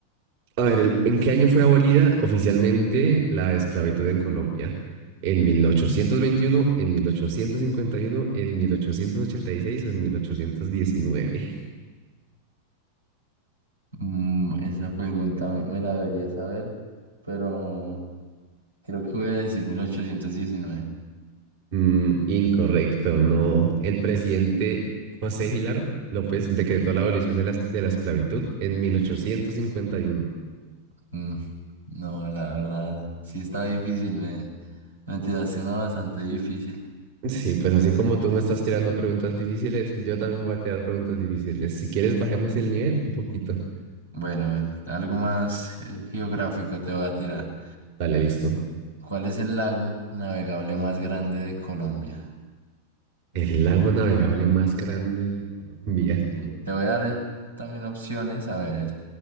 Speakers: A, on the right; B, on the right.
A: A ver, el- ¿en qué año fue abolida oficialmente la esclavitud en Colombia? ¿En 1821, en 1851, en 1886 o en 1819?
B: Mm, esa pregunta me la debería saber, pero creo que voy a decir 1819.
A: Mm, incorrecto, no. El presidente José Hilaro López decretó la abolición de la, de la esclavitud en 1851.
B: Mm, No, la verdad, sí está difícil, me, me tiraste una bastante difícil.
A: Sí, pues así como tú me estás tirando preguntas difíciles, yo también voy a tirar preguntas difíciles. Si quieres, bajemos el nivel un poquito.
B: Bueno, bueno, algo más eh, geográfico te voy a tirar.
A: Dale, listo.
B: ¿Cuál es el lago navegable más grande de Colombia?
A: El lago navegable más grande de Colombia.
B: Sí, Te voy a dar también opciones, a ver.